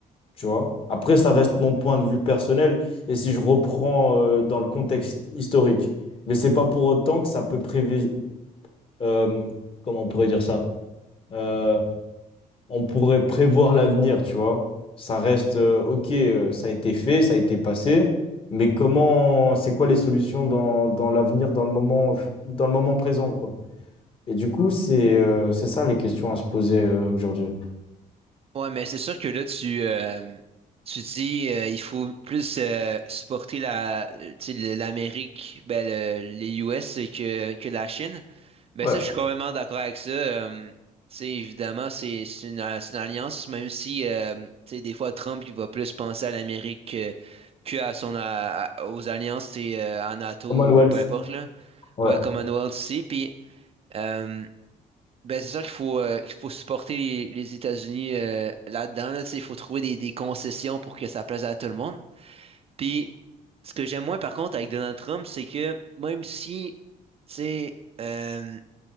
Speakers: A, on the left (about 40°); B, on the right (about 40°).
A: Tu vois? Après, ça reste mon point de vue personnel. Et si je reprends euh, dans le contexte historique. Mais c'est pas pour autant que ça peut prévi- euh, comment on pourrait dire ça? Euh, on pourrait prévoir l'avenir, tu vois. Ça reste, euh, ok, euh, ça a été fait, ça a été passé, mais comment, c'est quoi les solutions dans, dans l'avenir, dans le moment, dans le moment présent, quoi. Et du coup, c'est euh, c'est ça les questions à se poser euh, aujourd'hui.
B: Ouais, mais c'est sûr que là, tu, euh, tu dis euh, il faut plus euh, supporter la, tu sais, l'Amérique, ben, le- les US que, que la Chine. Ben
A: Ouais.
B: ça, je suis complètement d'accord avec ça. Euh, tu sais, évidemment, c'est c'est une, c'est une alliance, même si euh, tu sais, des fois Trump il va plus penser à l'Amérique que, que à son à- à- aux alliances, tu sais, euh, à NATO
A: Commonwealth,
B: ou peu importe là.
A: ouais,
B: Ouais, Commonwealth aussi. Puis euh, ben c'est sûr qu'il faut euh, qu'il faut supporter les, les États-Unis euh, là-dedans. Là, tu sais, il faut trouver des, des concessions pour que ça plaise à tout le monde. Puis ce que j'aime moins par contre avec Donald Trump, c'est que même si tu sais euh,